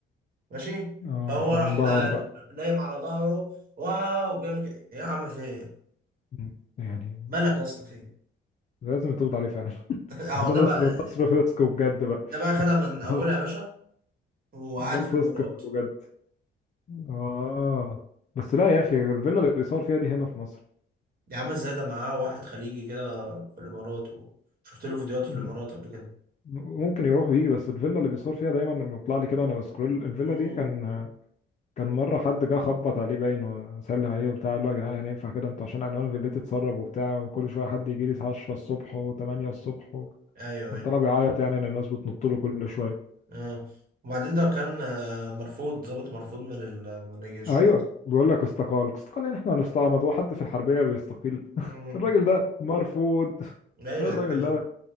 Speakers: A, on the right; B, on the left.
A: ماشي
B: اه
A: فهو
B: فانبهر
A: راح آه،
B: بقى
A: نايم على ظهره واو بيعمل كده يا عم في ايه
B: مم. يعني
A: مالك يا اسطى في ايه
B: لازم يتقبض عليه فعلا <laughs>
A: <laughs> اهو
B: هو ده
A: ده
B: نصر
A: بقى
B: نصر فسق بجد بقى
A: ده بقى خدها من اولها
B: <laughs>
A: يا باشا وقعد
B: ده الفسق
A: في الامارات
B: مم. بقى بجد اه بس لا يا اخي الفيلا اللي بيصور فيها دي هنا في مصر
A: دي عامل زي ده معاه واحد خليجي كده في الامارات و- شفت له فيديوهات في
B: م-
A: الامارات قبل كده
B: ممكن يروح ويجي بس الفيلا اللي بيصور فيها دايما لما بيطلع لي كده وانا بسكرول الفيلا
A: امم
B: دي كان كان مره حد جه خبط عليه باين وسلم عليه وبتاع قال له يا جدعان يعني ينفع كده انتوا عشان عنوان الفيلا تتسرب وبتاع وكل شويه حد يجي لي 10 الصبح و8 الصبح و...
A: ايوه
B: كان
A: ايوه
B: طلع بيعيط يعني ان الناس بتنط له كل شويه
A: اه وبعدين ده كان آه، مرفوض ضابط مرفوض من ال من رجال الشرطه
B: ايوه بيقول لك استقال استقال يعني احنا هنستعمد وحد في الحربيه بيستقيل
A: امم
B: <laughs> الراجل ده مرفوض
A: ايوه
B: الراجل
A: ده حقيقي
B: ده